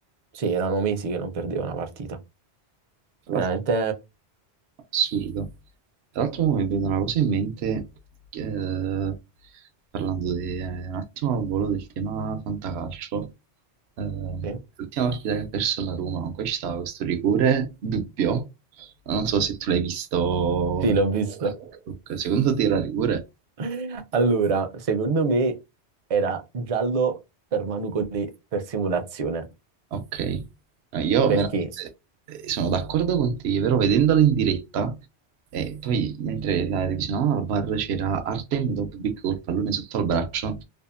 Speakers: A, on the right; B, on the right.
A: Sì, erano mesi che non perdeva una partita.
B: Tra
A: Veramente
B: l'altro, assurdo. Tra l'altro mo mi è venuta una cosa in mente, eh, parlando di, eh, un attimo al volo del tema fantacalcio. Eh,
A: sì,
B: l'ultima partita che ha perso la Roma, comunque ci stava questo rigore dubbio. Non so se tu l'hai visto.
A: sì,
B: per-
A: l'ho visto.
B: su Facebook. Secondo te era rigore?
A: <laughs> Allora, secondo me era giallo per Manu Cotè per simulazione,
B: Ok, No, io
A: perché
B: veramente eh, sono d'accordo con te, però vedendola in diretta, e poi mentre la revisionavamo al bar c'era Artem Doppic col pallone sotto al braccio